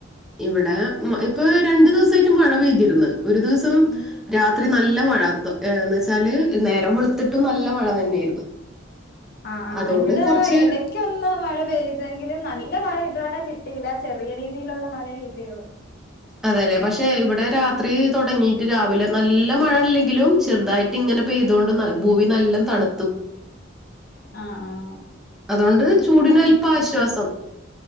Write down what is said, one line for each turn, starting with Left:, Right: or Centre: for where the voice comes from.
Centre: ഇവിടെ ഇപ്പൊ രണ്ടു ദിവസായിട്ട് മഴ പെയ്തിരുന്ന്. ഒരു ദിവസം
Left: ഉം
Centre: രാത്രി നല്ല മഴ എന്ന് വെച്ചാല്, നേരം വെളുത്തിട്ടും നല്ല മഴ തന്നെയായിരുന്നു
Left: ആ ആ
Centre: അതുകൊണ്ട്
Left: ഇവിടെ
Centre: കുറച്ച്
Left: ഇടക്ക് ഒന്ന് മഴ പെയ്ത് എതെങ്കിലും നല്ല മഴ ഇതുവരെ കിട്ടിയില്ല ചെറിയ രീതിയിലുള്ള മഴയേ കിട്ടിയുള്ളൂ
Centre: അതെല്ലെ പക്ഷെ ഇവിടെ രാത്രിയിൽ തുടങ്ങിയിട്ട് രാവിലെ നല്ല മഴ അല്ലെങ്കിലും ചെറുതായിട്ട് ഇങ്ങനെ പെയ്തുകൊണ്ട് ഭൂമി നല്ലോണം തണുത്തു.
Left: ആഹ് ആഹ്
Centre: അതുകൊണ്ട് ചൂടിന് അല്പാശ്വാസം.